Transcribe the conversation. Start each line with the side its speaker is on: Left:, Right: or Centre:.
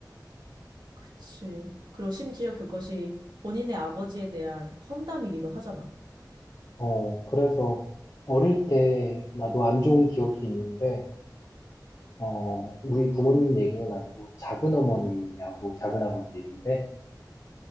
Right: 그치. 그리고 심지어 그것이 본인의 아버지에 대한 험담이기도 하잖아.
Left: 어, 그래서 어릴 때 나도 안 좋은 기억이 있는데, 어, 우리 부모님 얘기는 아니고 작은 어머니하고 작은 아버지 얘기인데